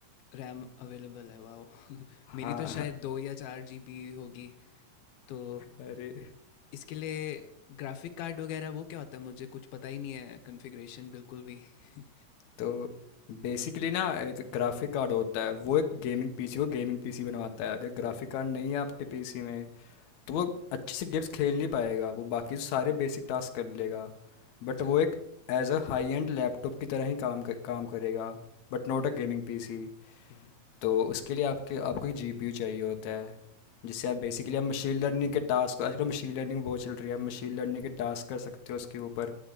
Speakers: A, on the left; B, on the left.
A: रैम अवेलेबल है वाह <laughs>
B: हाँ
A: मेरी तो शायद दो या चार जी बी होगी तो
B: अरे
A: इसके लिए ग्राफिक कार्ड वगैरह वो क्या होता है मुझे कुछ पता ही नहीं है कॉन्फ़िगरेशन बिल्कुल भी <laughs>
B: तो बेसिकली ना एक ग्राफिक कार्ड होता है वो एक गेमिंग पीसी को गेमिंग पीसी बनवाता है अगर ग्राफिक कार्ड नहीं है आपके पीसी में तो वो अच्छे से गेम्स खेल नहीं पाएगा वो बाकी सारे बेसिक टास्क कर लेगा बट
A: अच्छा
B: वो एक as a high end laptop की तरह ही काम कर, काम करेगा but not a gaming PC
A: हम्म,
B: तो उसके लिए आपके आपको जीपीयू चाहिए होता है जिससे आप बेसिकली आप मशीन लर्निंग के टास्क आजकल मशीन लर्निंग बहुत चल रही है आप मशीन लर्निंग के टास्क कर सकते हो उसके ऊपर